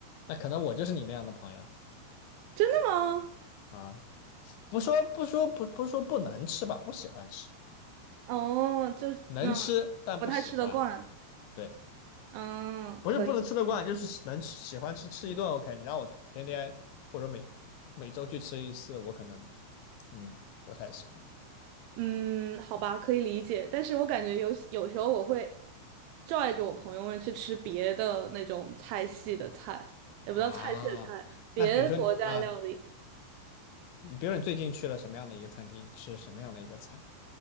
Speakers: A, on the left; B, on the right.
A: 那可能我就是你那样的朋友
B: 真的吗？
A: 啊，不说不说不不是说不能吃吧，不喜欢吃，
B: 哦，就是嗯，
A: 能吃但不喜欢，
B: 不太吃得惯。
A: 对，
B: 嗯，
A: 不是不能吃得惯，
B: 可以。
A: 就是能吃喜欢吃吃一顿 OK，你让我天天或者每每周去吃一次，我可能嗯不太喜欢。
B: 嗯，好吧，可以理解，但是我感觉有有时候我会拽着我朋友们去吃别的那种菜系的菜，也不叫菜系的菜，
A: 啊，
B: 别的国家料理。
A: 那比如说你啊，你比如说你最近去了什么样的一个餐厅，吃什么样的一个菜，